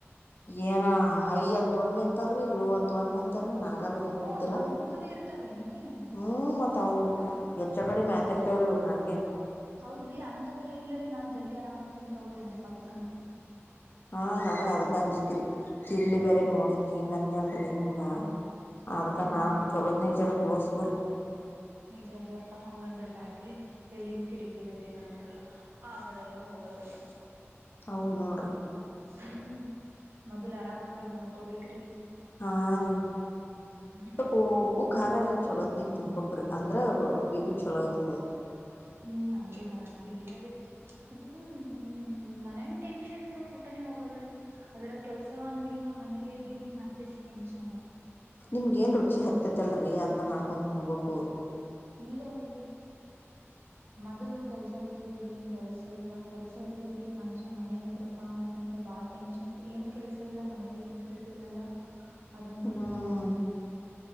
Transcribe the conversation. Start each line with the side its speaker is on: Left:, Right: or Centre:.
Left: ಏನ ಹೈ ಅಂತ ಒಮ್ಮಿ ಅಂತಾರೀ ಲೋ ಅಂತ ಒಮ್ಮಿ ಅಂತ ನಗ ಏನ್ ಗೊತ್ತಿಲ್ಲ
Right: ಓ ಹಂಗುನು ಇರ್ತಾವೇನ್ರೀ
Left: ಹ್ಮ ಮತ್ತ ತಾವು ಹೆಚ್ಚ ಕಡೆ ಮ್ಯಾತೆರ್ತಾವ್ರಿ ಹಂಗೆ
Right: ಹೌದ್ರಿ ಅಂತವೆಲ್ಲಾ ಇಲ್ಲರರಿ ನಾನ್ ಜಲ್ದಿ ಆರಾಮ ಆಗ್ನಿ ತಗೋ್ರಿ ಅಂದ ಪದಕನ
Left: ಹಾ ನನ್ಗ ಅದಕ್ ಅಂಜಿಿಕ್ರಿ ಇಲ್ಲಿ ಬೇರೆ ನೋಡನ್ ಹಿಂಗಂದಯಲ್ರಿ ನಿಮ್ಗ
Right: ಹ್ಮ್
Left: ಅದ್ಕ
Right: ಹ್ಮ್
Left: ನಾ ಚೊಲೋದನಗ್ ಜರ ತೋರ್ಸ್ಬು್ರ
Right: ನಿಜಾರಿ ಅಪ್ಪಾ ಹಂಗಂದ್ರ ಬ್ಯಾಡ್ರಿ ಎಲ್ಲಿನ್ ಕಿರಿಕಿರಿ ಅದ ಏನಂತಾರಲ್ಲ ಆಗದಲ್ಲ ಹೋಗದಲ್ಲ
Left: ಹೌದ ನೋಡ್ರಿ
Right: ಹ್ಮ್ ಮೊದ್ಲ್ ಆರಾಮ್ ಆಗದ್ ನೋಡ್ಕೋಬೇಕ್ರಿ
Left: ಹಾ ರೀ
Right: ಹ್ಮ್
Left: ಸ್ಲ್ಪು ಉಪ್ಪುಖಾರ ಎಲ್ಲ <inaudible> <inaudible> <unintelligible> ಚಛಲೋತ್ನಿಗೆ ತಿನ್ಬೇಕ್ರೀ ಅಂದ್ರೆ ಬಿ ಪಿ ಚಛಲೋ ಇರ್ತದ
Right: ಹ್ಮ್ ಹಗೆ ಮಾಡ ಇಲ್ಲರಿೀ ಅದು ಹ್ಮ ಮನನ್ ಟೆನ್ಷನ್ ಊಟ ಹೋಗಲ್ಲ ರೀ ಅದ್ರ ಕೆಲ್ಸ ಒಂದಿಲ್ಲ ಮನೇಲ್ಲೇ ಇದ್ದೀನಿ ಮತ್ತ ಟೆನ್ಶನ್
Left: ನಿಮ್ಗ ಏನ್ ರುಚಿ ಹತ್ತೈತ್ಲ್ರರಿ ಅದನ್ನ ಮಾಡ್ಕೊಂಡ್ ಹುಣಬಬೇಕು
Right: ಇಲ್ಲರೀ ಮೊದಲ್ ಕೆಲ್ಸ ತ್ರಿ ಈಗ ಏನ್ ಕೆಲ್ಸ ಇಲ್ಲ ಕೆಲ್ಸ ಇರ್ದಿದ್ರೀ ಮನುಷ್ಯ ಮನೆಗಿದ್ರಪ್ಪಾ ಅಂತಂದ್ರ ಬಾಳ ಟೆನ್ಷನ್ ಏನು ಕೆಲ್ಸ ಇಲ್ಲ ಮನೆಗೆ <inaudible> ಅದ ಒಂದ
Left: ಹ್ಮ್
Right: ದೊ ಟೆನ್ಷನ್ ಆಗ್